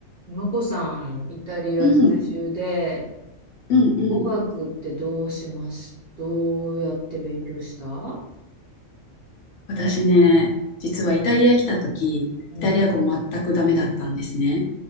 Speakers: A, on the right (about 45°); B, on the left (about 65°).
A: マコさん、イタリア在住で、
B: うん、うん、うん。
A: 語学ってどうしますどうやって勉強した
B: 私ね、実はイタリア来た時、
A: うん。
B: イタリア語全くダメだったんですね。